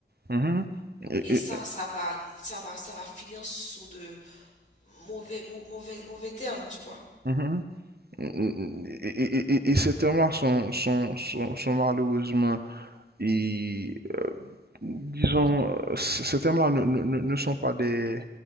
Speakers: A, on the right; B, on the left.
A: mhm, mhm. Et-
B: Et ça,
A: et-
B: ça va, ça va, ça va finir sous de mauvais, mau- mauvais, mauvais termes, tu vois.
A: mhm. Et, et- et- et ces termes-là sont, sont, sont, sont malheureusement, et, disons, c- ces termes-là ne, ne, ne ne sont pas des...